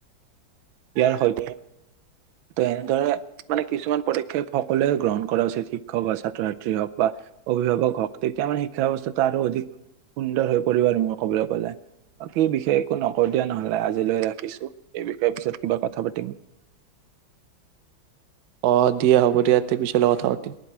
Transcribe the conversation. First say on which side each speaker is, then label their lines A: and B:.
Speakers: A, on the right (about 85°); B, on the right (about 60°).
A: ইয়াৰ সৈতে এনেদৰে মানে কিছুমান পদক্ষেপ হওক। সকলোৱে গ্ৰহণ কৰা উচিত শিক্ষক বা ছাত্ৰ ছাত্ৰী হওক বা অভিভাৱক হওক তেতিয়া মানে, শিক্ষা ব্যৱস্থাটো আৰু অধিক সুন্দৰ হৈ পৰিব আৰু মই কবলৈ পলে বাকী বিশেয়ষ একো নকও দিয়া নহলে, আজিলৈ ৰাখিছো এই বিষয়ে পিছত কিবা কথা পাতিম।
B: অ, হব দিয়া হব দিয়া, পিছলে কথা পাতিম।